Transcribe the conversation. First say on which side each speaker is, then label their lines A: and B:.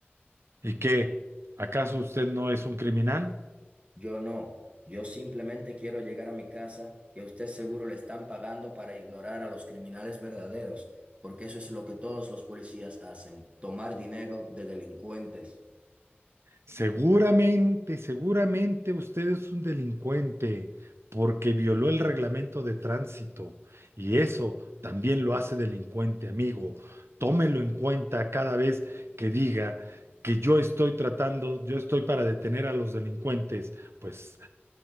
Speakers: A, on the right; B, on the right.
A: ¿Y qué? ¿Acaso usted no es un criminal?
B: Yo no, yo simplemente quiero llegar a mi casa y a usted seguro le están pagando para ignorar a los criminales verdaderos, porque eso es lo que todos los policías hacen, tomar dinero de delincuentes.
A: Seguramente, seguramente usted es un delincuente porque violó el reglamento de tránsito y eso también lo hace delincuente, amigo. Tómelo en cuenta cada vez que diga que yo estoy tratando, yo estoy para detener a los delincuentes, pues